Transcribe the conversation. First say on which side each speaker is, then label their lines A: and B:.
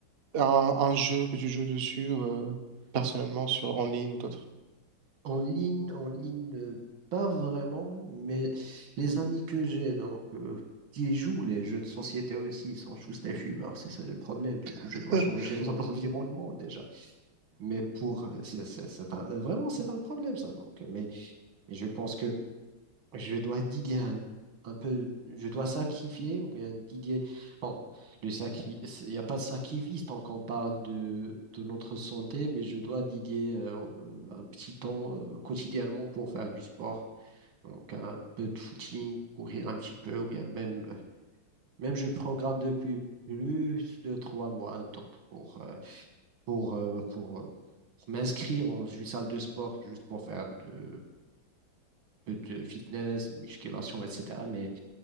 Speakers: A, on the right (about 45°); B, on the right (about 75°).
A: un, un jeu que tu joues dessus euh, personnellement sur, en ligne ou d'autres?
B: En ligne, en ligne, euh, pas vraiment, mais les amis que j'ai, donc, euh, qui jouent les jeux de société aussi, ils sont tous des fumeurs, c'est ça le problème. Du coup,
A: <laughs>
B: je dois changer mon <laughs> environnement déjà. Mais pour, euh, c'est, c'est- c'est un- vraiment, c'est un problème ça. Donc, mais, mais je pense que je dois Didier un, un peu, je dois sacrifier ou bien Didier. Bon, le sacri... c'est- il n'y a pas de sacrifice tant qu'on parle de, de notre santé, mais je dois Didier euh, euh, un petit temps euh, quotidiennement pour faire du sport. Donc un peu de footing, courir un petit peu, ou bien même, même je programme depuis plus de trois mois, donc pour, euh, pour, euh, pour, euh, pour m'inscrire dans une salle de sport, juste pour faire de, peu de fitness, musculation, etc. Mais,